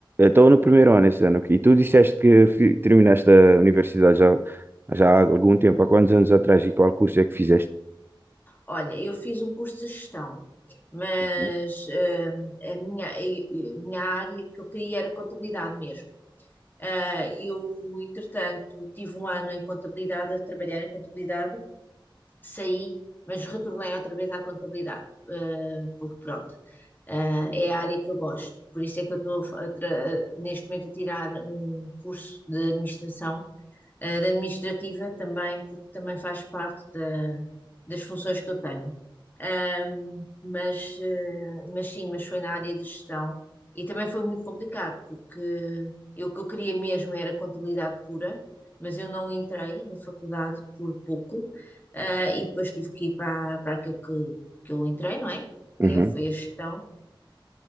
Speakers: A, on the right; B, on the left.
A: Estou no primeiro ano esse ano aqui. E tu disseste que fi- terminaste a universidade já, já há algum tempo, há quantos anos atrás e qual curso é que fizeste?
B: Olha, eu fiz um curso de gestão, mas
A: Uhum.
B: eh, a minha, a minha área que eu queria era contabilidade mesmo. Ah, eu, entretanto, tive um ano em contabilidade, a trabalhar em contabilidade, saí, mas retornei outra vez à contabilidade, ah, porque pronto, ah, é a área que eu gosto. Por isso é que eu estou a fa- a tra- neste momento a tirar um curso de administração eh, da administrativa também, porque também faz parte da- das funções que eu tenho. Ahm, mas, eh, mas sim, mas foi na área de gestão e também foi muito complicado, porque eu, o que eu queria mesmo era contabilidade pura, mas eu não entrei na faculdade por pouco, ah, e depois tive que ir para, para aquilo que, que eu entrei, não é?
A: Uhum.
B: Que é, foi a gestão